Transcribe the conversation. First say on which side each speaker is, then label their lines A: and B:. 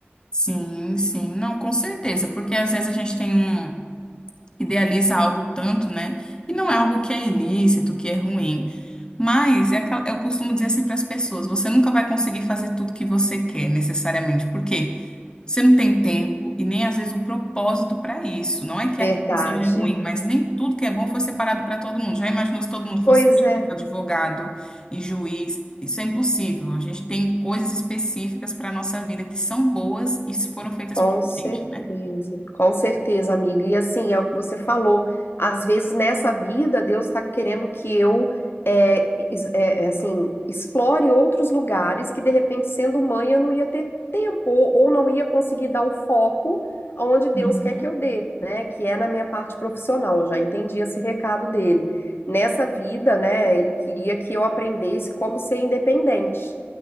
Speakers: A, on the left; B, on the left.
A: Sim, sim. Não, com certeza, porque às vezes a gente tem um idealiza algo tanto, né? E não é algo que é ilícito, que é ruim. Mas é aquela- eu costumo dizer assim para as pessoas: você nunca vai conseguir fazer tudo que você quer, necessariamente, porque você não tem tempo e nem às vezes o propósito para isso. Não é que
B: Verdade.
A: aquilo seja ruim, mas nem tudo que é bom foi separado para todo mundo. Já imaginou se todo mundo fosse
B: Pois é.
A: advogado e juiz? Isso é impossível. A gente tem coisas específicas para a nossa vida que são boas e foram feitas
B: Com
A: para a
B: certeza,
A: gente, né?
B: com certeza, amiga. E assim, é o que você falou. Às vezes nessa vida, Deus está querendo que eu, é, es- é, é, assim, explore outros lugares que de repente, sendo mãe, eu não ia ter tempo ou ou não ia conseguir dar o foco aonde Deus
A: Uhum.
B: quer que eu dê, né? Que é na minha parte profissional. Eu já entendi esse recado dele. Nessa vida, né, ele queria que eu aprendesse como ser independente.